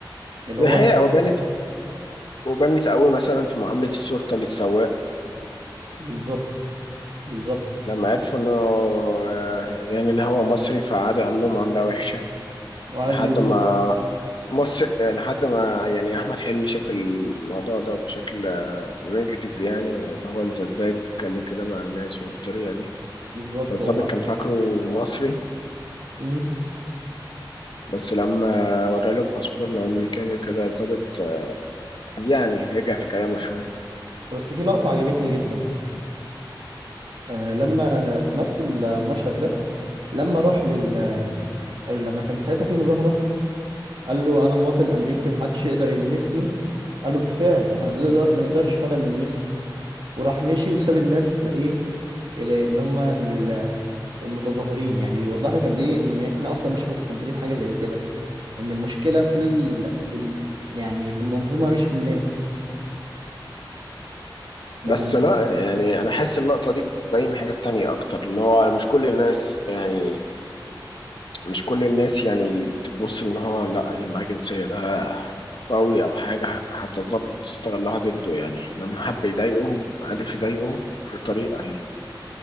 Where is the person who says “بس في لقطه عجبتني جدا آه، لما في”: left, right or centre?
Right